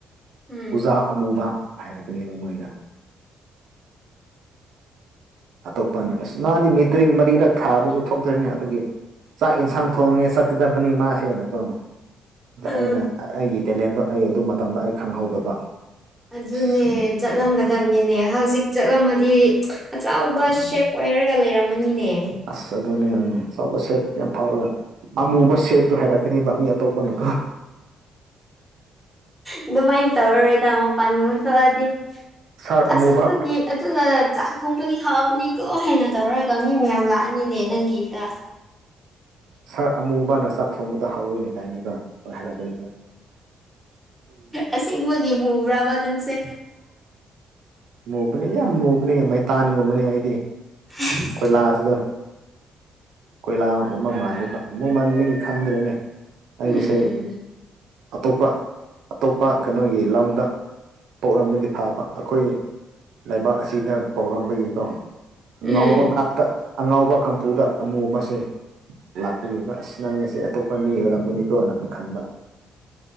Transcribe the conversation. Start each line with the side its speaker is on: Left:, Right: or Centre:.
Centre: ꯎꯝ
Right: ꯎꯖꯥ ꯑꯃꯨꯕ ꯍꯥꯏꯔꯛꯀꯅꯦꯕ ꯃꯣꯏꯅ ꯑꯇꯣꯞꯄꯅ ꯑꯁ ꯃꯥꯗꯤ ꯃꯦꯇ꯭ꯔꯤꯛ ꯃꯔꯤꯔꯛ ꯊꯥꯕꯁꯨ ꯊꯣꯛꯇ꯭ꯔꯤꯅꯦ ꯑꯗꯨꯒꯤ ꯆꯥꯛ ꯌꯦꯟꯁꯥꯡ ꯊꯣꯡꯉꯦ ꯆꯠꯀꯗꯕꯅꯤ ꯃꯥꯁꯦꯅꯀꯣ
Centre: ꯑꯥ
Right: ꯑꯩꯅ ꯑꯩꯒꯤ ꯇꯦꯂꯦꯟꯗꯣ ꯑꯩ ꯑꯗꯨ ꯃꯇꯝꯗ ꯑꯩ ꯈꯪꯍꯧꯗꯕ
Centre: ꯑꯗꯨꯅꯦ
Right: ꯑꯁ ꯎꯝ
Centre: ꯆꯠꯂꯝꯒꯗꯕꯅꯤꯅꯦ
Right: ꯎꯝ
Centre: ꯍꯧꯖꯤꯛ ꯆꯠꯂꯝꯃꯗꯤ ꯑꯆꯧꯕ
Right: ꯎꯝ
Centre: ꯁꯦꯞ ꯑꯣꯏꯔꯒ ꯂꯩꯔꯝꯃꯅꯤꯅꯦ
Right: ꯑꯁ ꯑꯗꯨꯅꯦ ꯎꯝ ꯑꯆꯧꯕ ꯁꯦꯞ ꯌꯥꯝ ꯐꯥꯎꯔꯒ ꯑꯃꯨꯕ ꯁꯦꯞꯇꯣ ꯍꯥꯏꯔꯛꯀꯅꯦꯕ ꯇꯄꯅꯀꯣ
Centre: ꯑꯗꯨꯃꯥꯏꯅ ꯇꯧꯔꯔꯣꯏꯗ ꯃꯄꯥꯟꯒꯨꯝꯕ ꯊꯣꯛꯑꯗꯤ
Right: ꯁꯥꯔ
Centre: ꯑꯁ
Right: ꯑꯃꯨꯕ
Centre: ꯑꯗꯨꯗꯤ ꯑꯗꯨꯅ ꯆꯥꯛ ꯊꯣꯡꯕꯗꯤ ꯍꯥꯎꯕꯅꯤꯀꯣ ꯍꯦꯟꯅ ꯇꯧꯔꯒ ꯃꯤ ꯃꯌꯥꯝ ꯂꯥꯛꯑꯅꯤꯅꯦ ꯅꯪꯒꯤꯗ
Right: ꯁꯥꯔ ꯑꯃꯨꯕꯅ ꯆꯥꯛ ꯊꯣꯡꯕꯗꯣ ꯍꯧꯋꯤꯅꯦ ꯀꯥꯏꯅꯒ ꯍꯥꯏꯔꯛꯀꯅꯤ
Centre: ꯑꯁꯦꯡꯕꯒꯤ ꯃꯨꯕ꯭ꯔꯕ ꯅꯪꯁꯦ
Right: ꯃꯨꯕꯅꯦ ꯌꯥꯝ ꯃꯨꯕꯅꯦ ꯃꯩꯇꯥꯟꯒꯨꯝꯕꯅꯦ ꯑꯩꯗꯤ
Centre: <unintelligible>
Right: ꯀꯣꯏꯂꯥꯁꯁꯤꯗ ꯀꯣꯏꯂꯥ ꯒꯨꯝꯕꯥ ꯃꯥꯟꯜꯂꯤꯕ ꯃꯨꯃꯟꯕꯥꯒꯤ ꯈꯪꯗ꯭ꯔꯦꯅꯦ ꯑꯩꯒꯤꯁꯦ
Centre: ꯎꯝ
Right: ꯑꯇꯣꯞꯄ ꯑꯇꯣꯞꯄ ꯀꯩꯅꯣꯒꯤ ꯂꯝꯗ ꯄꯣꯛꯂꯝꯕꯗꯤ ꯐꯥꯕ ꯑꯈꯣꯏ ꯂꯩꯕꯥꯛ ꯑꯁꯤꯗ ꯄꯣꯛꯂꯝꯕꯒꯤꯀꯣ ꯉꯥꯎꯕ
Centre: ꯎꯝ
Right: ꯉꯥꯛꯇ ꯑꯉꯥꯎꯕ ꯀꯥꯡꯄꯨꯗ ꯑꯃꯨꯕꯁꯦ ꯂꯥꯛꯄꯒꯤꯀꯣ ꯑꯁ ꯅꯪꯉꯁꯦ ꯑꯇꯣꯞꯄ ꯃꯤ ꯑꯣꯏꯔꯝꯒꯅꯤꯀꯣꯅ ꯃꯨꯛ ꯈꯟꯕ